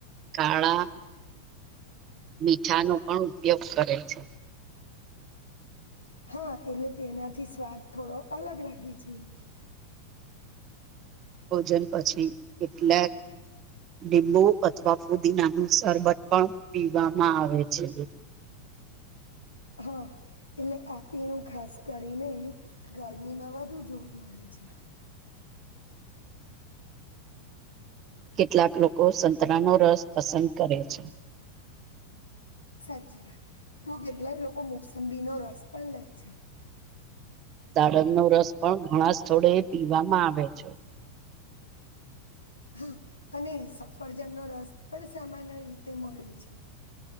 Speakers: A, on the right; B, on the left.
A: કાળા મીઠાનો પણ ઉપયોગ કરે છે
B: હા એટલે તેનાથી સ્વાદ થોડો અલગ લાગે છે
A: ભોજન પછી કેટલાક લીંબુ અથવા ફુદીનાનું શરબત પણ પીવામાં આવે છે
B: હા એટલે આપીણું ખાસ કરીને ગરમી માં વધુ જોવા મળે છે
A: કેટલાક લોકો સંતરાનો રસ પસંદ કરે છે
B: સાચી વાત તો કેટલાક લોકો મોસંબીનો રસ પણ લે છે
A: દાડમ નો રસ પણ ઘણા સ્થળે પીવામાં આવે છે
B: હા અને સફરજન નો રસ પણ સામાન્ય રીતે મળે છે